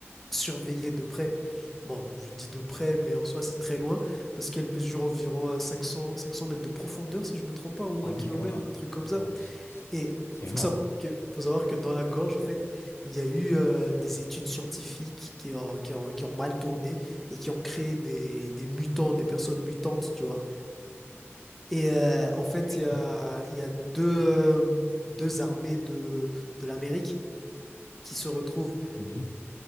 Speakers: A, in the centre; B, on the left.
A: Surveiller de près. Bon, je dis de près, mais en soi, c'est très loin. Parce qu'elle mesure environ euh, 500, 500 mètres de profondeur, si je me trompe pas, ou
B: Ah
A: un
B: oui,
A: kilomètre,
B: quand même.
A: un truc comme ça.
B: Bon, c- c-
A: Et
B: c'est
A: faut
B: énorme.
A: savoir que, faut savoir que dans la gorge, en fait, il y a eu euh, des études scientifiques qui ont, qui ont, qui ont mal tourné et qui ont créé des, des mutants, des personnes mutantes, tu vois. Et euh, en fait,
B: Ok.
A: il y a, il y a deux, euh, deux armées de, de l'Amérique qui se retrouvent
B: Oui,